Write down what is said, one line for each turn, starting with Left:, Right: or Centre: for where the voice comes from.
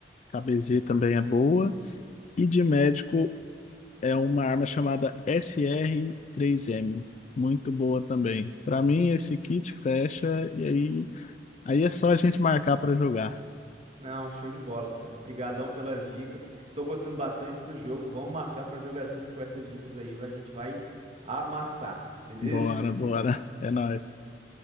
Left: KBZ também é boa. E de médico é uma arma chamada sr três m Muito boa também. Para mim, esse kit fecha e aí, aí é só a gente marcar para jogar.
Right: Não, show de bola, cara. Obrigadão pelas dicas. Tô gostando bastante do jogo. Vamos marcar pra jogar assim que com essas dicas aí, a gente vai amassar, beleza?
Left: Bora, bora. É nóis.